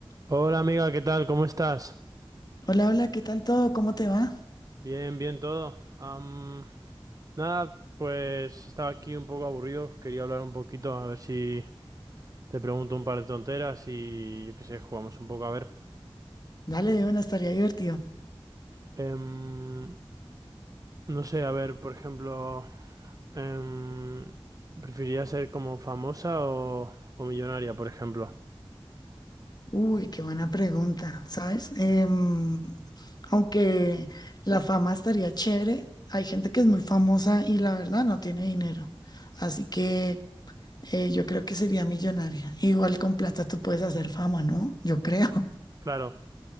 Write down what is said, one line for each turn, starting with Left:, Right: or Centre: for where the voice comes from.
Right: Hola amiga, ¿qué tal? ¿Cómo estás?
Left: Hola, hola, ¿qué tal todo? ¿Cómo te va?
Right: Bien, bien todo. Am, nada, pues estaba aquí un poco aburrido, quería hablar un poquito, a ver si te pregunto un par de tonteras y yo qué sé, jugamos un poco a ver.
Left: Dale, de una estaría divertido.
Right: Em, no sé, a ver, por ejemplo, em, ¿preferirías ser como famosa o, o millonaria, por ejemplo?
Left: Uy, qué buena pregunta, ¿sabes? Em, aunque la fama estaría chévere, hay gente que es muy famosa y la verdad no tiene dinero. Así que eh, yo creo que sería millonaria. Igual con plata tú puedes hacer fama, ¿no? Yo creo. <laughs>
Right: Claro,